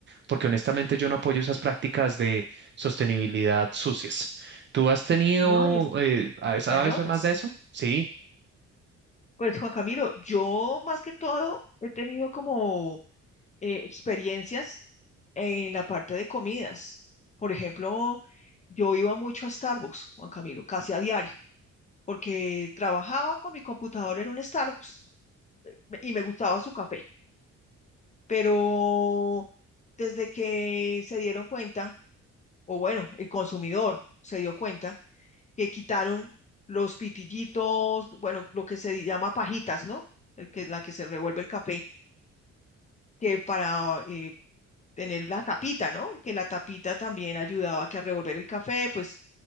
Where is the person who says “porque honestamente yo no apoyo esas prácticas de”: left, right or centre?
Right